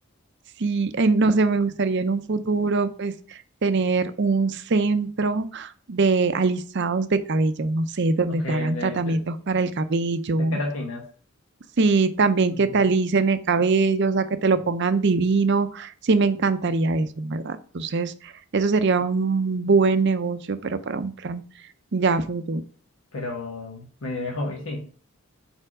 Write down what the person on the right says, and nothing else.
Sí, en- no sé, me gustaría en un futuro, pues, tener un centro de alisados de cabello, no sé, donde
te
hagan tratamientos
para el cabello.
Sí, también
que te alisen el cabello, o sea, que te lo
pongan divino. Sí, me encantaría eso, en ¿verdad? Entonces, eso sería un buen negocio, pero para un plan ya futuro.